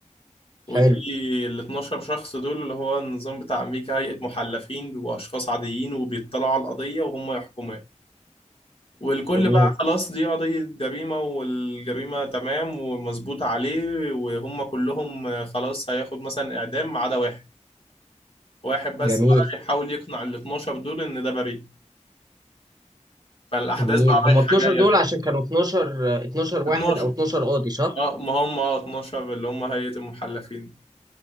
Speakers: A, on the left (about 50°); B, on the right (about 30°).
A: ودي
B: حلو
A: ال 12 شخص دول اللي هو النظام بتاع امريكا هيئه محلفين بيبقوا اشخاص عاديين وبيطلعوا على القضيه وهم يحكموها والكل
B: جميل
A: بقى خلاص دي قضيه جريمه والجريمه تمام ومظبوط عليه وهم كلهم خلاص هياخد مثلا اعدام ما عدا واحد واحد بس
B: جميل
A: بقى بيحاول يقنع ال 12 دول ان ده بريء فالاحداث
B: جميل
A: بقى
B: هم
A: رايحه
B: 12
A: جايه
B: دول عشان كانوا 12 12 واحد
A: 12
B: او 12 قاضي صح
A: اه ما هم اه 12 اللي هم هيئه المحلفين